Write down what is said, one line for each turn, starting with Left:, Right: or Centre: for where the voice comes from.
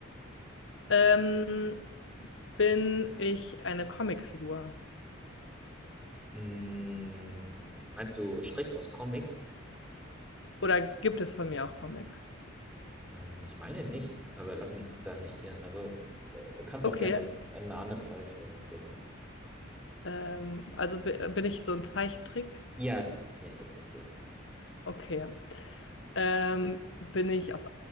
Left: Ähm, bin ich eine Comicfigur?
Centre: Mm, meinst du strikt aus Comics?
Left: Oder gibt es von mir auch Comics?
Centre: Äh, ich meine nicht, aber lass mich da nicht irren. Also äh, kannst
Left: Okay,
Centre: auch gerne eine andere Frage stellen, genau.
Left: ähm, also bi- äh, bin ich so ein Zeichentrick?
Centre: Ja, ja, das bist du.
Left: Okay. Ähm, bin ich aus